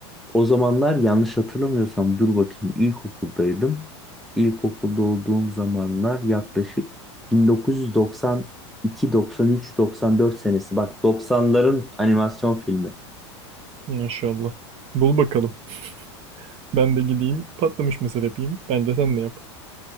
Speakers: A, in the centre; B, on the right.
A: O zamanlar yanlış hatırlamıyorsam dur bakayım ilkokuldaydım. İlkokulda olduğum zamanlar yaklaşık 1992, 93, 94 senesi. Bak 90'ların animasyon filmi.
B: Maşallah. Bul bakalım. <laughs> Ben de gideyim patlamış mısır yapayım. Bence sen de yap.